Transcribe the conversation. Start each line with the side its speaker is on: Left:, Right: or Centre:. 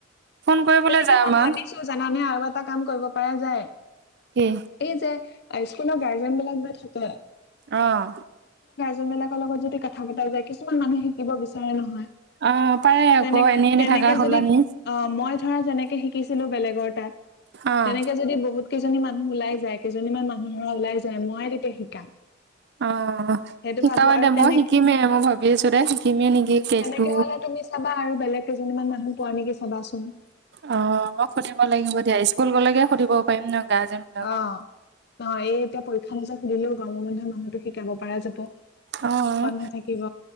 Right: ফোন কৰিবলৈ
Left: তেনেকে
Right: যাম
Left: মই ভাবিছো
Right: আ
Left: জানানে আৰু এটা কাম কৰিব পা যায়।
Right: কি
Left: এই যে স্কুলৰ গাৰ্জেনবিলাক যে থাকে।
Right: অহ।
Left: যোনবিলাকৰ লগত যদি কথা পতাই যায়, কিছুমান মানুহে শিকিব বিচাৰে নহয়।
Right: অ পাৰে আকৌ
Left: তেনে
Right: এনে
Left: তেনেকে
Right: এনে থাকা সলনি।
Left: যদি অ মই ধৰা যেনেকে শিকিছিলো বেলেগৰ তাত,
Right: অ',
Left: তেনেকে যদি বহুত কেইজনী মানুহ ওলাই যায়, কেইজনী মানুহ ধৰা ওলাই যায়, মই তেতিয়া শিকাম,
Right: অ'।
Left: সেইটো
Right: শিকাবা
Left: ভাবো আৰু
Right: দে মই
Left: তেনেক
Right: শিকিমেই মই ভাবি আছো দে শিকিমেই নেকি কেকটো।
Left: তেনেকে হলে তুমি চাবা আৰু বেলেগ কেইজনীমান মানুহ পোৱা নেকি চাবাচোন।
Right: অ মই সুধিব লাগিব দিয়া স্কুল গলেকে সুধিব পাৰিম ন। গাৰ্জেন বিলাকক।
Left: অ অ এইটিয়াব পৰক্ষা ৰিজাল সুধিলেও গৰম বন্ধ মাহটো শেষ। শিকাব পৰা যাব,
Right: অ',
Left: বন্ধ থাকিব